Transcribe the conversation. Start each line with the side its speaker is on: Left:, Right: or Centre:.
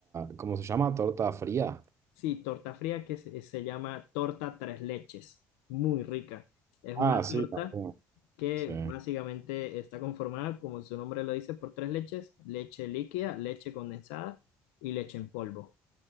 Right: ¿cómo se llama? ¿Torta fría?
Left: sí, torta fría que se, se llama torta tres leches, muy rica. Es
Right: Ah,
Left: una
Right: sí,
Left: torta
Right: también.
Left: que
Right: Sí.
Left: básicamente está conformada, como su nombre lo dice, por tres leches, leche líquida, leche condensada y leche en polvo.